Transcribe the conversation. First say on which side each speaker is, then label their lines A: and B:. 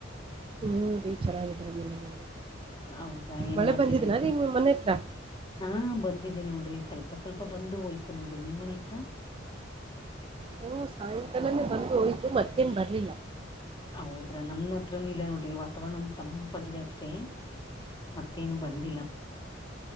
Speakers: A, on the right; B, on the left.
A: ಹೂ ರಿ ಚೆನ್ನಾಗಿದ್ದಾರೆ ಮನೆಲೆಲ್ಲ
B: ಹೌದಾ ಏನ್
A: ಮಳೆ
B: ಮಾಡ್ತಾ
A: ಬಂದಿದೆನಾ
B: ಇದ್ರಿ
A: ನಿಮ್ ಮನೆ ಹತ್ರ.
B: ಹಾ ಬಂದಿದೆ ನೋಡ್ರಿ ಸ್ವಲ್ಪ ಸ್ವಲ್ಪ ಬಂದು ಹೋಯ್ತು ನೋಡ್ರಿ ನಿಮ್ ಮನೆ ಹತ್ರ.
A: ಹ್ಞೂ ಸಾಯಂಕಾಲನೇ ಬಂದು ಹೋಯ್ತು ಮತ್ತೇನು ಬರಲಿಲ್ಲ.
B: ಹೌದ್ರಾ ನಮನ ಹತ್ರನು ಇಲ್ಲ ನೋಡ್ರಿ ವಾತಾವರಣನೂ ತಂಪಾಗಿದೆ ಅಷ್ಟೇ ಮತ್ತೇನು ಬಂದಿಲ್ಲ